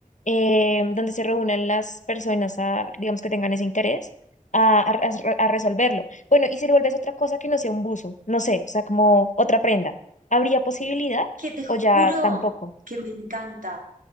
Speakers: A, on the left; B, on the right.
A: eh, donde se reúnan las personas a, digamos que tengan ese interés. A, a- a- a resolverlo. Bueno, y si lo vuelves otra cosa que no sea un buzo, no sé, o sea, como otra prenda, ¿habría posibilidad
B: que te
A: o ya
B: juro
A: tampoco?
B: que me encanta.